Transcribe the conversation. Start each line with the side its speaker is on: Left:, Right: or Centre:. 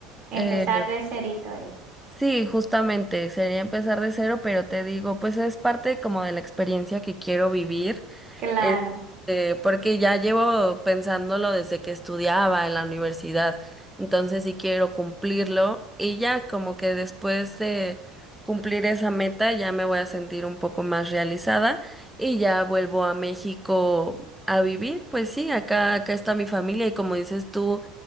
Right: Empezar
Centre: Eh,
Right: de cerito ahí.
Centre: sí, justamente sería empezar de cero, pero te digo, pues es parte como de la experiencia que quiero vivir.
Right: Claro.
Centre: Este, porque ya llevo pensándolo desde que estudiaba en la universidad, entonces sí quiero cumplirlo y ya como que después de cumplir esa meta ya me voy a sentir un poco más realizada y ya vuelvo a México a vivir, pues sí, acá acá está mi familia y como dices tú,